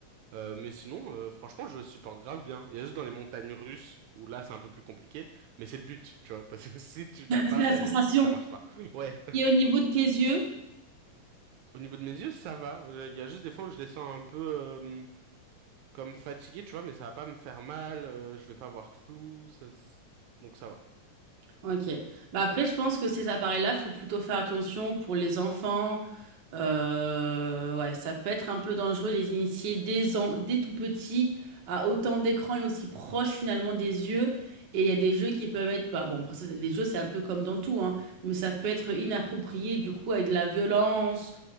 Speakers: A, on the right; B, on the right.
A: Euh, mais sinon, euh, franchement, je supporte grave bien. Il y a juste dans les montagnes russes où là, c'est un peu plus compliqué, mais c'est le but, tu vois. Parce que <laughs> si tu
B: <laughs>
A: l'as
B: C'est
A: pas,
B: la
A: ben,
B: sensation.
A: c'est que ça marche pas. Ouais.
B: Et au niveau de tes yeux?
A: <laughs> Au niveau de mes yeux, ça va. Euh, Il y a juste des fois où je les sens un peu euh, comme fatigués, tu vois, mais ça va pas me faire mal. euh, je vais pas avoir flou. ça s- Donc ça va.
B: Ok. Bah après, je pense que ces appareils-là, faut plutôt faire attention pour les enfants. Euh, ouais, ça peut être un peu dangereux de les initier dès, en- dès tout petit à autant d'écrans et aussi proche finalement des yeux. Et il y a des jeux qui peuvent être, bah bon, après ça, les jeux c'est un peu comme dans tout, hein, mais ça peut être inapproprié du coup avec de la violence